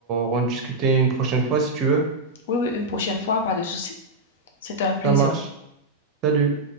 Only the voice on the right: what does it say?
en discuter une prochaine fois si tu veux.
Ça marche. Salut.